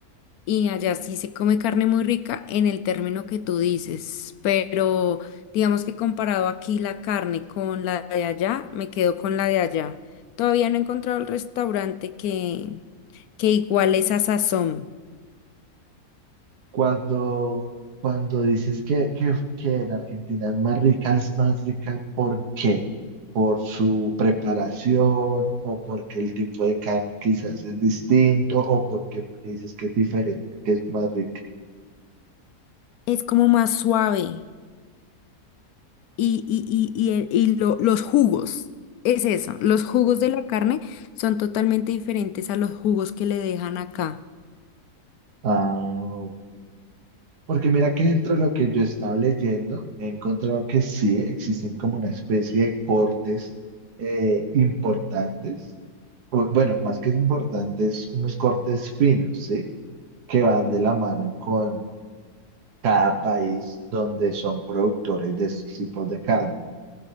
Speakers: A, on the left (about 70°); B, on the right (about 80°).
A: y allá sí se come carne muy rica en el término que tú dices, pero digamos que comparado aquí la carne con la de allá, me quedo con la de allá. Todavía no he encontrado el restaurante que, que igual esa sazón.
B: Cuando, cuando dices que, que, que en Argentina es más rica, es más rica, ¿por qué? ¿Por su preparación o porque el tipo de carne quizás es distinto o por qué? Porque dices que es diferente, que es más rica.
A: Es como más suave y, y, y, y, el- y lo- los jugos. Es eso, los jugos de la carne son totalmente diferentes a los jugos que le dejan acá.
B: Ah, ok. Porque mira que dentro de lo que yo estaba leyendo, he encontrado que sí existen como una especie de cortes eh, importantes, o, bueno, más que importantes, unos cortes finos, ¿sí? que van de la mano con cada país donde son productores de estos tipos de carne.